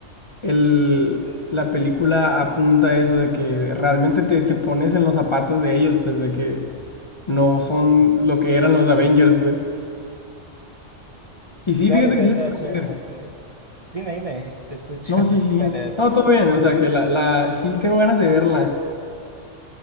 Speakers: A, on the left; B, on the right.
A: el, la película apunta a eso de que realmente te, te pones en los zapatos de ellos, pues de que no son lo que eran los Avengers, pues. Y sí,
B: claro,
A: fíjate
B: es
A: que
B: verdad,
A: sí la quiero
B: o sea,
A: ver.
B: como que, dime, dime, te escucho,
A: No, sí, sí.
B: <laughs> dale, dale.
A: No, todo bien, o sea que la, la sí tengo ganas de verla.